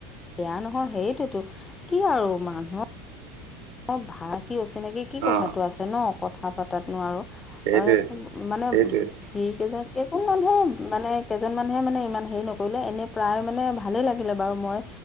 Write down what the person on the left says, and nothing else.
বেয়া নহয় সেইটোতো, কি আৰু মানুহৰ অ, ভা কি, অচিনাকি কি,
কথাটো আছে ন, কথা পাতাত নো আৰু?
<unintelligible> মানে
যি কেইজন, কেইজন মানুহে, মানে কেইজন মানুহে মানে ইমান হেৰি নকৰিলে, এনে প্ৰায় মানে ভালেই লাগিলে বাৰু, মই